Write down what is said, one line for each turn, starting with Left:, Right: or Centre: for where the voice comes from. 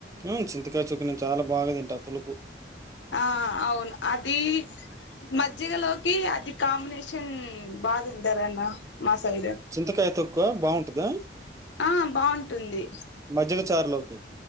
Right: ఉ చింతకాయ చుక్ నేను చాలా బాగా తింటా పులుపు
Left: ఆ అవును అది మజ్జిగలోకి అది కాంబినేషన్ బా తింటారన్న మా సైడ్
Right: చింతకాయ తొక్కు బాగుంటుదా
Left: ఆ బాగుంటుంది
Right: మజ్జిగ చారూ లోకి